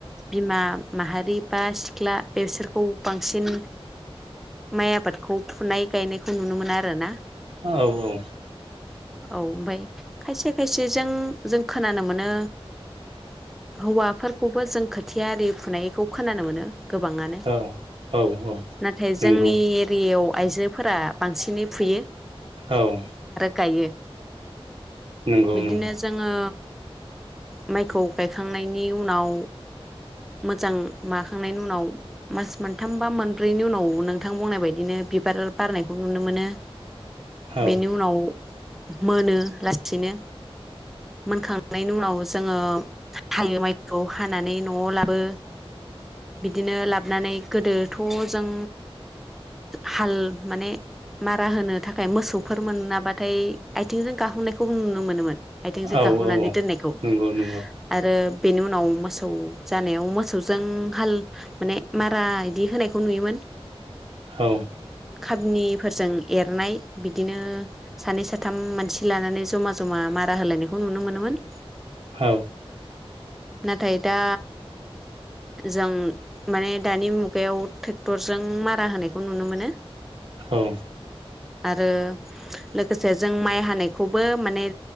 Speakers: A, in the centre; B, on the right.
A: बिमा माहारि बा सिख्ला बेसोरखौ बांसिन माइ आबादखौ फुनाय गायनायखौ नुनो मोनो आरो ना ।
B: औ औ ।
A: औ ओमफाय खायसे खायसेजों जों खोनानो मोनो हौवाफोर खौबो जों खोथिया आरि फुनायखौ खोनानो मोनो । गोबाङानो
B: औ औ औ
A: नाथाय
B: नंगौ
A: जोंनि एरियायाव आइजोफोरा बांसिनै फुयो ।
B: औ
A: गायो
B: नंगौ
A: बिदिनो
B: नंगौ
A: जोङो माइखौ गायखांनायनि उनाव मोजां माखांनायनि उनाव मास मोनथाम बा मोनब्रैनि उनाव नोंथां बुंनाय बायदिनो बिबार बारनायखौ नुनो मोनो।
B: औ
A: बेनि उनाव मोनो लासैनो मोनखांनायनि उनाव जोङो हायो माइ खौ हानानै न'आव लाबो बिदिनो लाबोनानै गोदोथ' जों हाल माने मारा होनो थाखाय मोसौफोर मोनाबाथाय आथिंजों गाहोननायखौ नुनो मोनोमोन। आथिंजों
B: औ
A: गाखोनानै
B: औ औ
A: दोननायखौ
B: नंगौ नंगौ
A: आरो बेनि उनाव मोसौ जानायाव मोसौजों हाल माने मारा इदि होनायखौ नुयोमोन।
B: औ
A: खाबनिफोरजों एरनाय बिदिनो सानै साथाम मानसि लानानै जमा जमा मारा होलायनायखौ नुनो मोनोमोन।
B: औ
A: नाथाय दा जों माने दानि मुगायाव ट्रेक्टरजों मारा होनायखौ नुनो मोनो।
B: औ
A: आरो लोगोसे जों माइ हानायखौबो माने